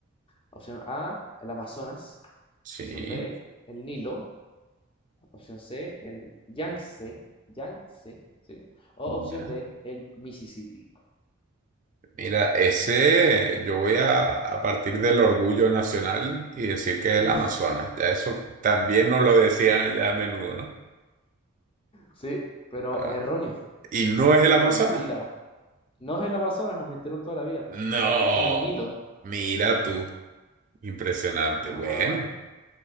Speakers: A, on the left; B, on the right.
A: Opción A, el Amazonas.
B: sí.
A: Opción B, el Nilo. Opción C, el Yangtze. Yangtze, sí. O
B: Ya.
A: opción D, el Mississippi. <laughs>
B: Mira, ese yo voy a, a partir del orgullo nacional y decir que
A: Mm,
B: es el Amazonas. Ya eso también nos lo decían allá a menudo, ¿no?
A: Sí, pero
B: Ah,
A: es erróneo.
B: y no es
A: Era
B: el Amazonas.
A: una mentira. No es el Amazonas, nos mintieron toda la vida.
B: No,
A: Es el Nilo.
B: mira tú. Impresionante.
A: Ajá.
B: Bueno,